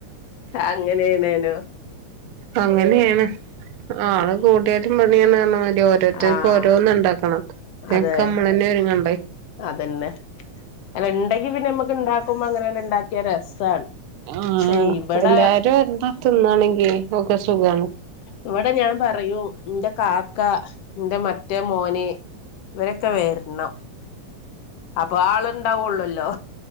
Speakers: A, on the left; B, on the right.
A: അങ്ങനേണേനും
B: അങ്ങനെണ് ആള് കൂട്യാലും പണിയാണറഞ്ഞമാരി രി ഓരോരുത്തർക്കും
A: ആഹ്
B: ഓരോന്നും ണ്ടാക്കണം ഇതിനൊക്കെ
A: അതെ
B: നമ്മളെന്നെ ഒരുങ്ങണ്ടേ
A: അതന്നെ അല്ല ഉണ്ടെങ്കി പിന്നെ നമ്മുക്ക് ഇണ്ടാക്കുമ്പോ അങ്ങനെണ്ട് ഇണ്ടാക്കിയ രസാണ്
B: ആഹ്
A: പക്ഷെ ഇവിടെ
B: എല്ലാരും എന്താതിന്നാണെങ്കിലേ നമുക്കൊരു സുഖാണ്
A: ഇവിടെ ഞാൻ പറയും ന്റെ കാക്ക ന്റെ മറ്റേ മോന് ഇവരൊക്കെ വരണം അപ്പൊ ആള് ണ്ടാവുള്ളല്ലോ